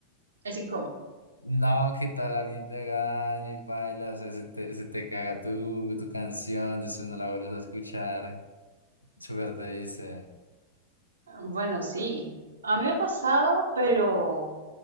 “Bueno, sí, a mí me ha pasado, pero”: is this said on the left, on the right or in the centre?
Right